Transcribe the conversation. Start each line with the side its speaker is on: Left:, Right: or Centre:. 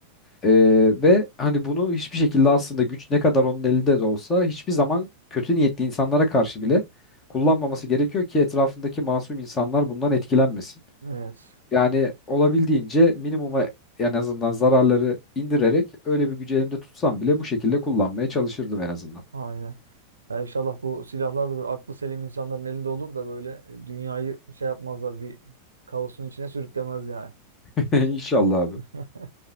Left: Ee, ve hani bunu hiçbir şekilde aslında güç ne kadar onun elinde de olsa hiçbir zaman kötü niyetli insanlara karşı bile kullanmaması gerekiyor ki etrafındaki masum insanlar bundan etkilenmesin.
Right: Evet.
Left: Yani olabildiğince minimuma en azından zararları indirerek öyle bir gücü elimde tutsam bile bu şekilde kullanmaya çalışırdım en azından.
Right: Aynen. Ya inşallah bu silahlar da böyle aklı selim insanların elinde olur da böyle e, dünyayı şey yapmazlar bir kaosun içine sürüklemez yani
Left: <laughs>
Right: kimse.
Left: İnşallah abi.
Right: <laughs>